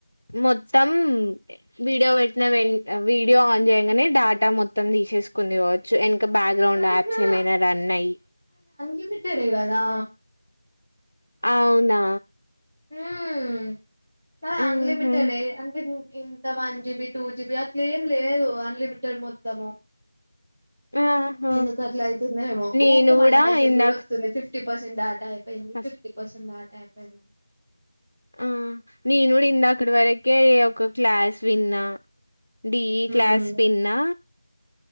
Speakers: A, on the left; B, in the centre.
A: <unintelligible> మొత్తం వీడియో పెట్టిన వె వీడియో ఆన్ చేయ్యంగనే డాటా మొత్తం తీసే కుంది కావచ్చు వెనక బ్యాక్గ్రౌండ్
B: ఉహూ
A: యాప్స్ ఏమైనా రన్ అయ్
B: లిమిటెడ్ యే కదా
A: అవునా
B: ఉం మాది
A: ఉహు
B: అన్లిమిటెడ్ యే అంటే ఇంత వన్ జీబి టూ జీబి అట్ల ఏం లేదు అన్లిమిటెడ్ మొత్తము
A: ఆహా
B: ఎందుకు అట్లా అయితుందో ఏమో
A: నేను
B: ఊకె మళ్ళా
A: కూడా
B: మెసేజ్
A: ఇందాక
B: కూడా వస్తుంది ఫిఫ్టీ పర్సెంట్ డాట అయిపో
A: ఫస్ట్
B: ఫిఫ్టీ పర్సెంట్ డాటా అయిపోయింది
A: ఆ నేను కూడా ఇందాకటి వరకే ఒక క్లాస్ విన్నా డిఈ
B: హ్మ్
A: క్లాస్ విన్నా